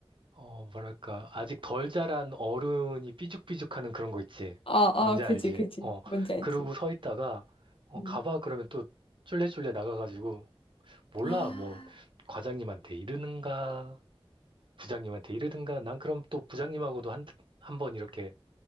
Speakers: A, on the right; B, on the left.
A: 어, 뭐랄까, 아직 덜 자란 어른이 삐죽삐죽하는 그런 거 있지.
B: 아, 아,
A: 뭔지
B: 그지,
A: 알지?
B: 그지.
A: 어,
B: 뭔지 알지.
A: 그러고 서 있다가, 어,
B: 음.
A: 가봐 그러면 또 쫄래쫄래 나가가지고, 몰라,
B: 아.
A: 뭐, 과장님한테 이르는가, 부장님한테 이르든가, 난 그럼 또 부장님하고도 한, 한 번 이렇게